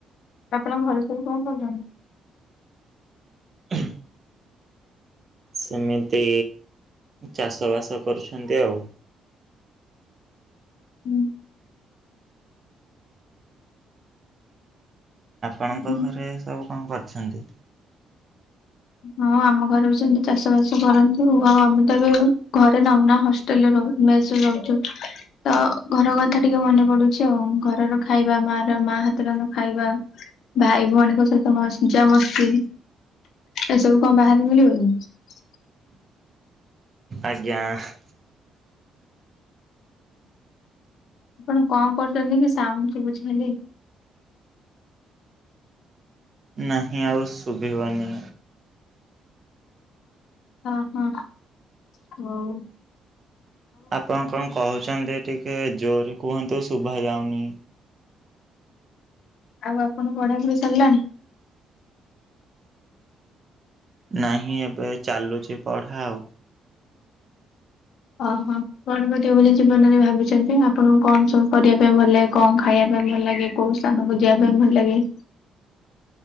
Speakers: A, on the left; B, on the right.
A: ଆପଣଙ୍କ ଘରେ ସବୁକଣ କରୁଛନ୍ତି?
B: ହେ ସେମିତି ଚାଷ ବାସ କରୁଛନ୍ତି ଆଉ।
A: ହୁଁ
B: ଆପଣଙ୍କ
A: ହୁଁ।
B: ଘରେ ସବୁ କଣ କରିଛନ୍ତି?
A: ହଁ ଆମ ଘରେ ବି ସେମତି ଚାଷ ବାସ କରନ୍ତୁ। ଆଉ ଆମେ ତ ଏବେ ଘରେ ନାହୁନା ହଷ୍ଟେଲରେ ରହୁ। ମେସ୍ ରେ ରହୁଚୁ। ତ ଘର କଥା ଟିକେ ମନେ ପଡୁଛି ଆଉ ଘରର ଖାଇବା ମା ର ମା ହାତ ରନ୍ଧା ଖାଇବା। ଭାଇ ଭଉଣୀଙ୍କ ସହିତ ମସ୍ ଜା ମସ୍ତି। ଏସବୁ କଣ ବାହାରେ ମିଳିବ କି?
B: ଆଜ୍ଞା ଆସ।
A: ଆପଣ କଁ କରୁଚନ୍ତି କି ସାଉଣ୍ଡ ସୁବୁଛି ଖାଲି।
B: ନାହିଁ ଆଉ ଶୁଭିବନି।
A: ହଁ ହଁ ଭଉ।
B: ଆପଣ କଣ କହୁଛନ୍ତି ଟିକେ ଜୋରେ କୁହନ୍ତୁ ଶୁଭା ଯାଉନି।
A: ଆଉ ଆପଣ ପଢାପଢି ସରିଲାଣି।
B: ନାହିଁ ଏବେ ଚାଲୁଛି ପଢା ଆଉ।
A: ଓହଁ କଣ କରିବ ବୋଲି ଜୀବନରେ ଭାବିଛନ୍ତି। ଆପଣଙ୍କୁ କଣ ସବୁ କରିବା ପାଇଁ ଭଲ ଲାଗେ? କଣ ଖାଇବା ପାଇଁ? ଭଲ ଲାଗେ କୋଉ ସ୍ଥାନକୁ ଯିବା ପାଇଁ ଭଲ ଲାଗେ?